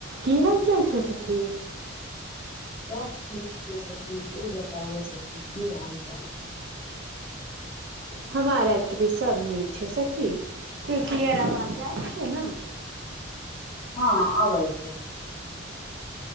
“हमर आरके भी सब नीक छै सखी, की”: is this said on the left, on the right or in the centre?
Right